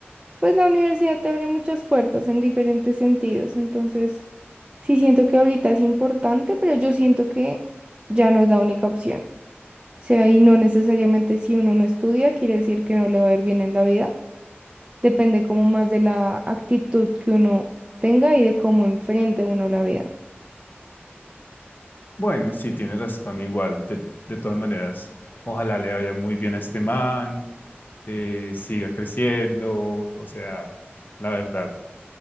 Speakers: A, on the right; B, on the left.
A: pues la universidad te abre muchas puertas en diferentes sentidos. Entonces, sí siento que ahorita es importante, pero yo siento que ya no es la única opción. sea, y no necesariamente si uno no estudia, quiere decir que no le va a ir bien en la vida. Depende como más de la actitud que uno tenga y de cómo enfrente uno la vida.
B: Bueno, sí, tienes razón, igual, de, de todas maneras, ojalá le vaya muy bien a este man, eh, siga creciendo, o sea, la verdad.